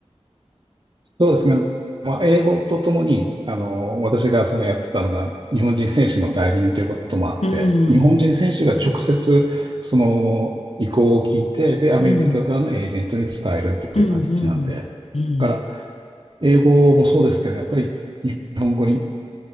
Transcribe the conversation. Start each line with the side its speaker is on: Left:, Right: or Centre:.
Right: そうですね。まあ、英語とともに、あの、私がそのやってたのが、日本人選手の代理人ということもあって、
Left: うん、
Right: 日本人選手が直接、その意向を聞いて、で、アメリカ側のエージェントに伝えるっていう形なんで、
Left: うん、うん、うん、
Right: だから、
Left: うん。
Right: 英語もそうですけど、やっぱり日本語に、